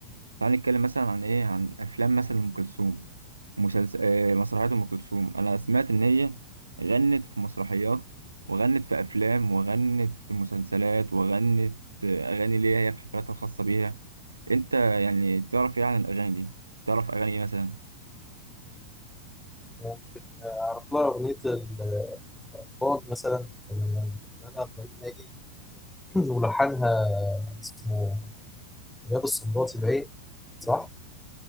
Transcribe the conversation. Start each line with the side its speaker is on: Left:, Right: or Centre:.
Right: تعالى نتكلم مثلا عن ايه عن افلام مثلا ام كلثوم مسلسل آه، مسرحيات ام كلثوم انا سمعت ان هي غنت في مسرحيات وغنت في افلام وغنت في مسلسلات وغنت آه، اغاني ليها هي في حفلاتها الخاصه بيها انت يعني تعرف ايه عن الاغاني دي تعرف اغاني ايه مثلا
Centre: ممكن أعرف لها أغنية ال- الأطفال مثلا كان أنا إبراهيم ناجي <clears throat> ولحنها اسمه رياض السنباطي باين صح؟